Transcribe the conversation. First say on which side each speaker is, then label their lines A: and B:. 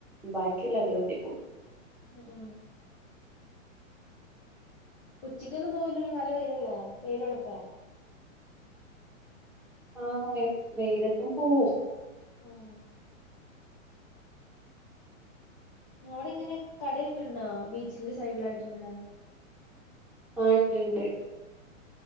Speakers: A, in the centre; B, on the left (about 20°).
A: ബാക്കിയുള്ള ദിവസ ഇപ്പ
B: ഉ ഉം ഉച്ചയ്ക്ക്ൊന്നും പോവലല്ലോ നല്ല വെയിലല്ലേ വെയിലുളപ്പ
A: ആഹ വെതപ്പും പോവോ
B: ആഓ അവിടെ ഇങ്ങനെ കടൊക്കെ ഉണ്ടോ ബീച്ചിന്റെ സൈഡിലായിട്ട് ഇങ്ങനെ
A: ആ ഉണ്ട് ഉണ്ട്